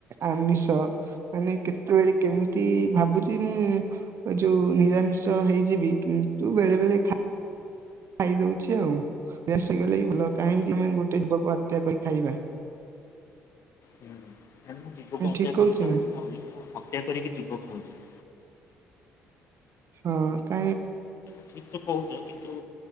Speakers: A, on the right; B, on the left.
A: ଆମିଷ ମାନେ କେତେବେଳେ କେମିତି ଭାବୁଛି ମୁଁ ଯୋଉ ନିରାମିଷ ହେଇଯିବି କିନ୍ତୁ ବେଳେ ବେଳେ ଖା ଖାଇଦଉଛି ଆଉସଗଲେ ଭଲ କାହିଁକି ମାନେ ଗୋଟେ ଯୁବକ ବାତ୍ୟା କରି ଖାଇବା।
B: ହୁଁ। ନା ମୁଁ ଯୀବକୁ ହତ୍ୟା
A: ଠିକ କହୁଛି
B: କରି ତ
A: ନା?
B: ନଥାଉନି ମୁଁ ହତ୍ୟା କରିକି ଜୀବ ଖାଉଛି।
A: ହଁ କ
B: ଠିକ ତ କହୁଛ କିନ୍ତୁ